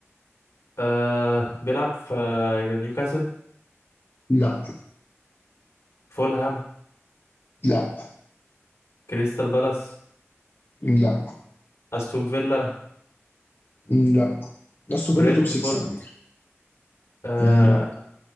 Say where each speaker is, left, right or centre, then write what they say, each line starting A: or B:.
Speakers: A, on the left; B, on the left.
A: آه بيلعب في آه، نيوكاسل
B: لا
A: فولهام
B: لا
A: كريستال بالاس
B: لا
A: استون فيلا
B: لا استون
A: برينتفورد
B: فيلا توب 6 على فكره
A: آه
B: آه لا